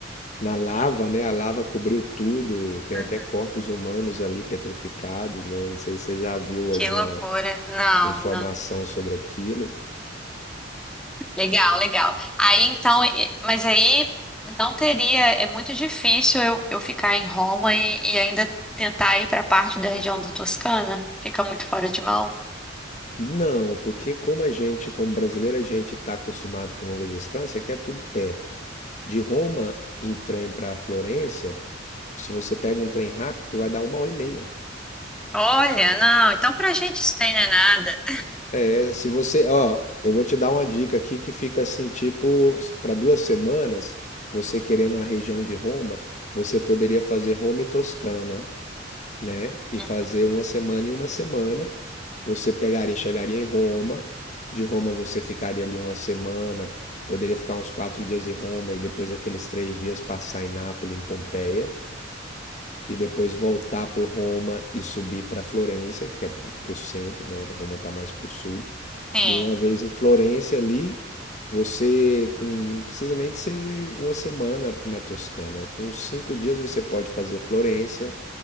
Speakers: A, on the left; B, in the centre.
A: na lava, né? A lava cobriu tudo. Tem
B: Uhum.
A: até corpos humanos ali petrificados, né? Não sei se você já viu
B: Que
A: alguma
B: loucura. Não,
A: informação
B: não.
A: sobre aquilo.
B: Legal, legal. Aí então, e- mas aí não teria, é muito difícil eu, eu ficar em Roma e, e ainda tentar ir para a parte da região da Toscana. Fica muito fora de mão.
A: Não, porque como a gente, como brasileiro, a gente está acostumado com longa distância, que é tudo perto. De Roma em trem para Florença Se você pega um trem rápido, vai dar uma hora e meia.
B: Olha, não, então pra gente isso daí não é nada.
A: É, se você, ó, eu vou te dar uma dica aqui que fica assim, tipo, para duas semanas, você querendo a região de Roma, você poderia fazer Roma e Toscana, né? E
B: Uhum.
A: fazer uma semana e uma semana. Você pegaria, chegaria em Roma, de Roma você ficaria ali uma semana, poderia ficar uns quatro dias em Roma e depois aqueles três dias passar em Nápoles, em Pompeia. e depois voltar por Roma e subir para Florença, que é para o centro, né? Roma está mais para o sul.
B: Sim.
A: E uma vez em Florença ali, você com, não precisa nem de ser uma semana na Toscana. Com cinco dias você pode fazer Florença,